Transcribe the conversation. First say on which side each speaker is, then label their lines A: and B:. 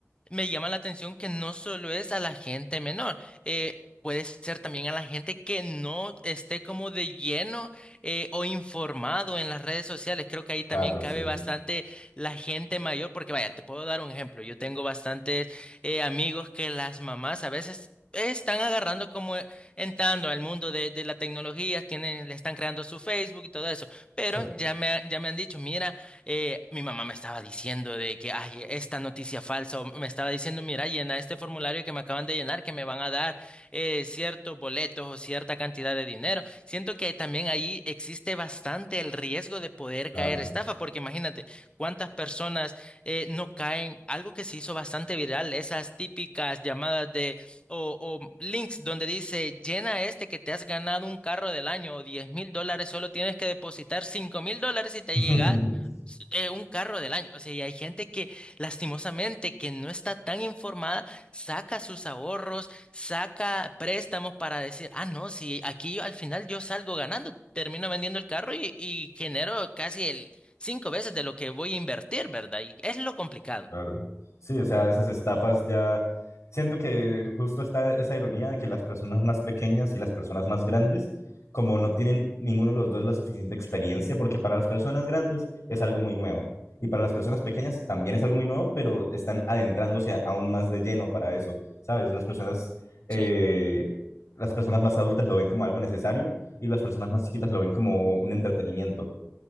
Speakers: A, on the left (about 20°); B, on the left (about 75°).
A: me llama la atención que no solo es a la gente menor, eh, puede ser también a la gente que no esté como de lleno eh, o informado en las redes sociales. Creo que ahí también
B: claro,
A: cabe
B: sí,
A: bastante la gente mayor, porque vaya, te puedo dar un ejemplo. Yo tengo bastantes eh, amigos que las mamás a veces... Están agarrando como eh, entrando al mundo de, de la tecnología, tienen, le están creando su Facebook y todo eso, pero
B: sí,
A: ya me, ha- ya me han dicho, mira, eh, mi mamá me estaba diciendo de que, ay, esta noticia falsa, o me estaba diciendo, mira, llena este formulario que me acaban de llenar, que me van a dar eh, ciertos boletos o cierta cantidad de dinero. Siento que también ahí existe bastante el riesgo de poder
B: claro.
A: caer estafa, porque imagínate cuántas personas eh, no caen, algo que se hizo bastante viral, esas típicas llamadas de o, o links donde dice llena este que te has ganado un carro del año o diez mil dólares, solo tienes que depositar cinco mil dólares y te
B: <laughs>
A: llega s- eh, un carro del año. O sea, y hay gente que lastimosamente que no está tan informada, saca sus ahorros, saca préstamos para decir, ah, no, si aquí yo- al final yo salgo ganando, termino vendiendo el carro y, y genero casi el cinco veces de lo que voy a invertir, ¿verdad? Y es lo complicado.
B: Claro. Sí, o sea, esas estafas ya. Siento que justo está esa ironía de que las personas más pequeñas y las personas más grandes, como no tienen ninguno de los dos la suficiente experiencia, porque para las personas grandes es algo muy nuevo y para las personas pequeñas también es algo muy nuevo, pero están adentrándose a- aún más de lleno para eso, ¿sabes? Las personas, eh,
A: Sí,
B: las personas más adultas lo ven como algo necesario y las personas más chiquitas lo ven como un entretenimiento.